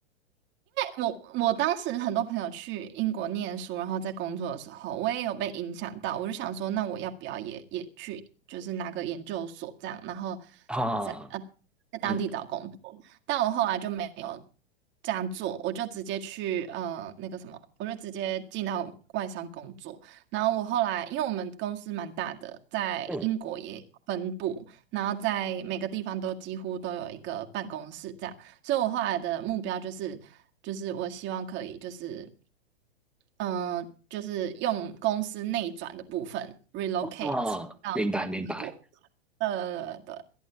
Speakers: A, on the right; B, in the centre.
A: 我我当时很多朋友去英国念书，然后在工作的时候，我也有被影响到。我就想说，那我要不要也也去，就是拿个研究所这样，然后
B: <laughs> 啊
A: 在呃在当地找工作。
B: 嗯
A: 但我后来就没有这样做，我就直接去呃那个什么，我就直接进到外商工作。然后我后来，因为我们公司蛮大的，在英国也有分部，
B: 嗯
A: 然后在每个地方都几乎都有一个办公室这样。所以我后来的目标就是，就是我希望可以，就是，嗯、就是用公司内转的部分 relocate
B: 哦，
A: 到不同的国。
B: 明白明白。
A: 对对对，